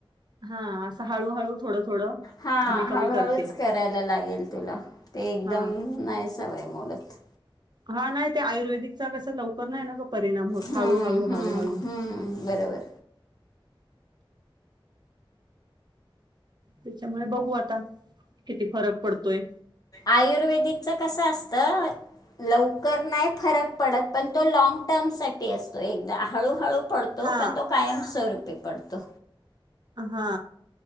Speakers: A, on the right; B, on the left.
A: हा, असं हळूहळू थोडं थोडं
B: हा
A: कमी कमी
B: हळूहळूच
A: करते
B: करायला लागेलं तुला. ते एकदम
A: हा
B: नाही सवय मोडत.
A: हा नाही ते आयुर्वेदिक चा कस लवकर नाही ना गं परिणाम होत,
B: हम्म.
A: हळू हळू
B: हम्म.
A: हळू हळू.
B: हम्म. बरोबर
A: त्याच्यामुळे ब घू आता किती फरक पड तोय.
B: आयुर्वेदिकच कस असतं, लवकर नाही फरक पडत. पण तो लॉग टर्म साठी असतो. एकदा हळूहळू पडतो,
A: हा
B: पण तो कायम स्वरूप ते पडतं.
A: हा.